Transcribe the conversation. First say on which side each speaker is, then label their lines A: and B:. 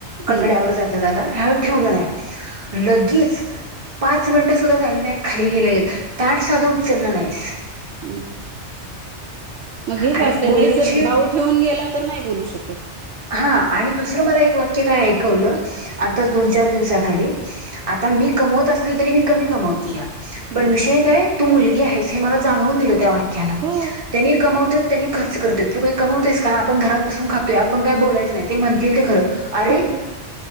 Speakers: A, on the right; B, on the right.
A: कठड्यावर
B: हम्म
A: जाता जाता. ह्यावेळी ठेवलं नाही. लगेच पाच मिनटंसुद्धा झाली नाहीत, खाली गेलेले. ताट साधं उचललं नाहीस.
B: हं. मग हेच
A: आणि
B: असतं,
A: बोलण्याची
B: ना हेच जर भाऊ ठेवून गेला तर नाही बोलू शकत.
A: हा आणि दुसरं मला एक वाक्य काय ऐकवलं
B: हम्म
A: आताच दोन चार दिवसाखाली. आता मी कमवत असली, तरी मी कमी कमवत्या.
B: हम्म
A: पण विषय काय? तू मुलगी आहेस, हे मला जाणवून दिलं त्या वा क्यानं.
B: हो
A: तेनी कमवत्यात त्यांनी खर्च करतेत. तू काही कमवतेस का? आपण घरात बसून खातोय. आ पण काय बोलायचं नाही, ते म्हणतील ते खरं. अरे,
B: हम्म